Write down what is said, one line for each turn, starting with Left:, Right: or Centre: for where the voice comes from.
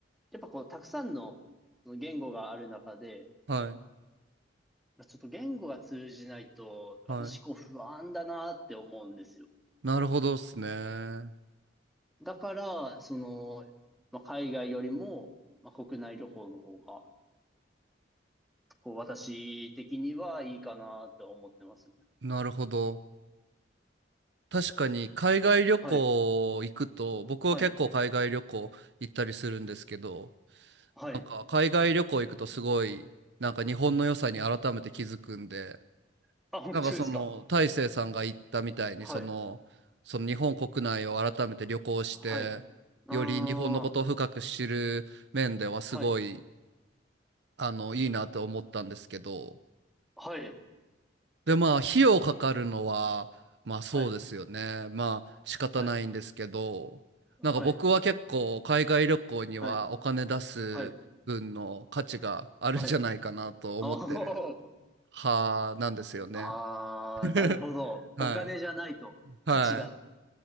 Centre: やっぱこう、たくさんのその言語がある中で、
Right: うん。はい。
Centre: まあちょっと言語が通じないと、私こう不安だなって思うんですよ。
Right: はい。なるほどっすね。
Centre: だから、その、まあ、海外よりも、まあ、国内旅行の方が、こう、私的にはいいかなって思ってます。
Right: なるほど。確かに海外旅行行くと、
Centre: はい。
Right: 僕は結構海外旅行行ったりするんですけど、
Centre: はい。はい。
Right: なんか海外旅行行くとすごい、なんか日本の良さに改めて気づくんで、
Centre: あ、本当ですか。
Right: なんかその大成さんが言ったみたいにその、
Centre: はい。
Right: その日本国内を改めて旅行してより日本のことを深く知る面ではすごい
Centre: はい。あー。はい。
Right: あのいいなと思ったんですけど
Centre: はい。
Right: でまあ費用かかるのはまあそうですよねまあ仕方ないんですけどなんか僕は結構海外旅行にはお金出す分の価値があるんじゃないかなと思ってる
Centre: はい。はい。はい。はい。はい。はい。あー。
Right: 派なんですよね。
Centre: あー、
Right: <laughs>
Centre: なるほど。
Right: はい、
Centre: お金じゃないと価値が。
Right: はい